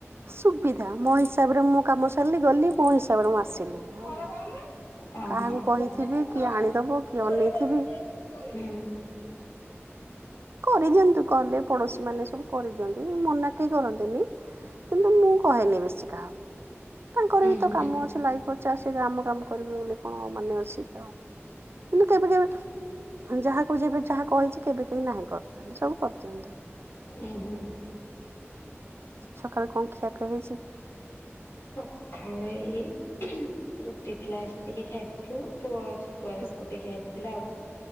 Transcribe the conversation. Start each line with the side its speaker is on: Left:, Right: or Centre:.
Right: ସୁବିଧା। ମୋ ହିସାବରେ ମୁଁ କାମ ସାରିଲି ଗଲି, ମୋ ହିସାବରେ ମୁଁ ଆସିଲି। ଆଉ
Left: <unintelligible>
Right: କାହାକୁ କହିଥିବି କିଏ ଆଣିଦବ କିଏ ଅନେଇଥିବି କରିଦିଅନ୍ତୁ କହଲେ ପଡୋଶୀ ମାନେ ସବୁ କରିଦିଅନ୍ତି। ମନା କେହି କରନ୍ତି ନି। କିନ୍ତୁ ମୁଁ କହେନି ବେଶୀ କାହାକୁ ତାଙ୍କର ବି
Left: ହୁଁ
Right: ତ କାମ ଅଛି। ଲାଇଫ୍ ପଡ଼ଚି ଆସିକି ଆମ କାମ କରିବେ ବୋଲି କଣ ମାନେ ଅଛି ତ। କିନ୍ତୁ କେବେ କେବେ ହୁଁ ଯାହାକୁ ଯେବେ ଯାହା କହିଚି କେବେ କେହି ନାହିଁ କରଥାନ୍ତି ସବୁ କରିଦିଅନ୍ତୁ।
Left: ଉଁ ହୁଁ।
Right: ସଖାଳେ କଣ ଖିଆପିଆ ହେଇଛି?
Left: ସଖାଳେ ଉଁ ହୁଁ ରୁଟି ଥିଲା ସେ ଟିକେ ଖାଇ ଦେଇଥିଲୁ। ପୁଅ ଅ ଛ ତୁଆ ବିସ୍କୁଟ
Right: ହୁଁ
Left: ଟିକେ ଖାଇ ଦେଇଥିଲା ଆଉ